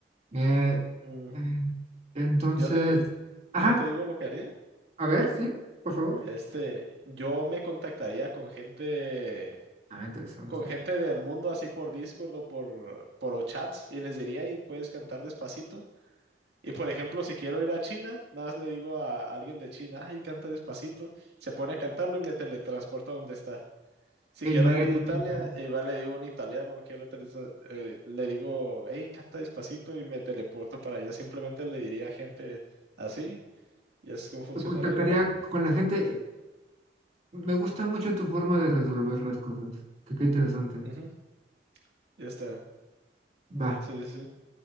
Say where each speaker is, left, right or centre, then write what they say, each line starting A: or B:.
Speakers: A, on the right; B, on the right.
A: Eh,
B: Mm,
A: mm, entonces,
B: Yo te,
A: ajá,
B: yo te digo lo que haría.
A: a ver, sí, por favor.
B: Este, yo me contactaría con gente,
A: Ah, interesante.
B: con gente del mundo, así por Discord o por, por chats, y les diría, y puedes cantar Despacito. Y por ejemplo, si quiero ir a China, nada más le digo a alguien de China, ay, canta despacito, se pone a cantarlo y me teletransporta a donde está. Si
A: E
B: quiero
A: inmediatamente
B: ir a Italia, igual le digo a un italiano, quiero teletran- eh, le digo, hey, canta despacito y me teleporto para allá. Simplemente le diría a gente así y es como funcionaría,
A: eh, contactaría
B: ¿no?
A: con la gente. Mm, Me gusta mucho tu forma de resolver las cosas. Que qué interesante.
B: Ujú, ya está.
A: Va.
B: Sí, sí, sí.